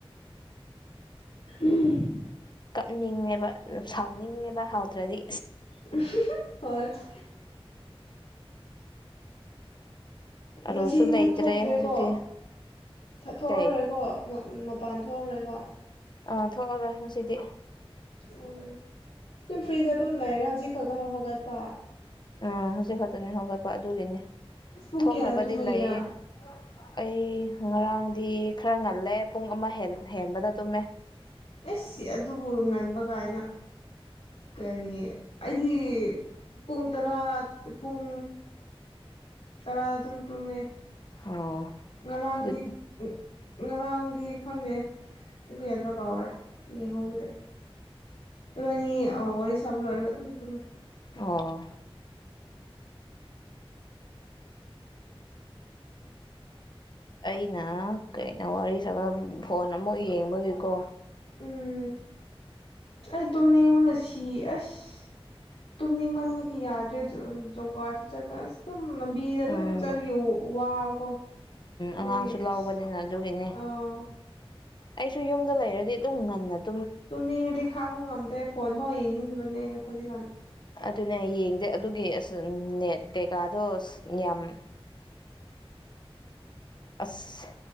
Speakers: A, on the left (about 85°); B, on the left (about 50°).
A: ꯎꯝ꯫
B: ꯀꯞꯅꯤꯡꯉꯦꯕ ꯁꯥꯎꯅꯤꯡꯉꯦꯕ ꯍꯥꯎꯇ꯭ꯔꯗꯤ꯫
A: ꯍꯣꯏ꯫ ꯫
B: ꯑꯂꯨꯁꯨ
A: ꯉꯁꯤꯗꯤ
B: ꯂꯩꯇ꯭ꯔꯦ
A: ꯅꯪ ꯊꯣꯛꯇ꯭ꯔꯦꯀꯣ
B: ꯍꯧꯖꯤꯛꯇꯤ
A: ꯊꯣꯛꯑꯔꯣꯏꯀꯣ꯫
B: ꯀꯩ
A: ꯃꯄꯥꯟ ꯊꯣꯛꯑꯔꯣꯏꯕ
B: ꯑꯥ ꯊꯣꯛꯑꯔꯣꯏ ꯉꯁꯤꯗꯤ
A: ꯎꯝ ꯑꯗꯨꯝ ꯐ꯭ꯔꯤꯗ ꯑꯗꯨꯝ ꯂꯩꯔꯦ ꯍꯧꯖꯤꯛ ꯈꯛꯇ ꯍꯧꯒꯠꯄ
B: ꯎꯝ ꯍꯧꯖꯤꯛ ꯈꯛꯇꯅꯤ ꯍꯧꯒꯠꯄ ꯑꯗꯨꯒꯤꯅꯤ
A: ꯑꯁ ꯄꯨꯡ
B: ꯊꯣꯛꯣꯡꯅꯕꯗꯤ
A: ꯀꯌꯥꯗ ꯇꯨꯝꯕꯒꯤꯔꯥ
B: ꯂꯩꯌꯦ ꯑꯩ ꯉꯔꯥꯡꯗꯤ ꯈꯔ ꯉꯜꯂꯦ ꯄꯨꯡ ꯑꯃ ꯍꯦꯟꯕꯗ ꯇꯨꯝꯃꯦ
A: ꯑꯦꯁ ꯁꯤ ꯑꯗꯨꯕꯨ ꯉꯟꯕ ꯀꯥꯏꯅ ꯀꯔꯤ ꯑꯩꯗꯤ ꯄꯨꯡ ꯇꯔꯥ ꯄꯨꯡ ꯇꯔꯥꯗ ꯑꯗꯨꯝ ꯇꯨꯝꯃꯦ
B: ꯑꯣ
A: ꯉꯔꯥꯡꯗꯤ
B: ꯑꯗꯨꯗꯤ
A: ꯉꯔꯥꯡꯗꯤ ꯈꯪꯗꯦ ꯎꯒꯦꯗ꯭ꯔꯥ ꯀꯥꯎꯔꯦ ꯌꯦ ꯍꯗ꯭ꯔꯦ ꯏꯕꯥꯅꯤ ꯋꯥꯔꯤ ꯋꯥꯔꯤꯁꯕꯨꯂ ꯑꯣꯏꯔ ꯀ ꯑꯗꯨ ꯇꯃꯦ
B: ꯑꯣ ꯑꯩ ꯉ ꯀꯩꯅꯩꯅ ꯋꯥꯔꯤ ꯅꯠꯇꯒ ꯐꯣꯟ ꯑꯃꯨꯛ ꯌꯦꯡꯕꯒꯤꯀꯣ
A: ꯎꯝ ꯑꯩ ꯇꯨꯝꯅꯤꯡꯅ ꯁꯤ ꯑꯁ ꯇꯨꯝꯅꯤꯡꯃꯟꯕꯒꯤ ꯌꯥꯗ꯭ꯔꯦ ꯖꯣꯒꯥꯁꯨ ꯆꯠ ꯑꯁ ꯑꯗꯨꯝ ꯂꯝꯕꯤꯗ ꯑꯗꯨꯝ
B: ꯎꯝ
A: ꯆꯠꯂꯒꯦ ꯋꯥꯕꯀꯣ ꯑꯗꯨꯒꯤ
B: ꯑꯉꯥꯡꯁꯨ ꯂꯧꯕꯅꯤꯅ
A: ꯑꯁ
B: ꯑꯗꯨꯒꯤꯅꯦ
A: ꯑꯥ
B: ꯑꯩꯁꯨ ꯌꯨꯝꯗ ꯂꯩꯔꯗꯤ ꯑꯗꯨꯝ ꯉꯟꯅꯗ
A: ꯇꯨꯝꯅꯤꯡꯉꯗꯤ ꯈꯥꯡꯕ ꯉꯝꯗ꯭ꯔꯦ ꯐꯣꯟ ꯐꯥꯎ ꯌꯦꯡꯅꯤꯡꯗꯕꯅꯦ ꯍꯧꯖꯤꯛꯀꯥꯟ
B: ꯑꯗꯨꯅ ꯌꯦꯡꯗꯦ ꯑꯗꯨꯒꯤ ꯑꯁ ꯅꯦꯠ ꯀꯩꯀꯥꯗꯣ ꯑ ꯌꯥꯝ ꯑꯁ